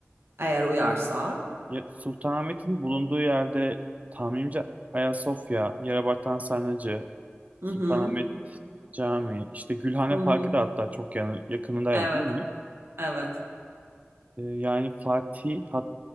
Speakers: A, on the right (about 70°); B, on the right (about 35°).
A: eğer uyarsa.
B: Ya, Sultanahmet'in bulunduğu yerde tahminimce Ayasofya, Yerebatan Sarnıcı,
A: Hı
B: Sultanahmet
A: hı.
B: Camii, işte Gülhane
A: Hı hı.
B: Parkı da hatta çok yanı, yakınındaydı
A: Evet,
B: değil mi?
A: evet.
B: Ee, yani Fatih, hat,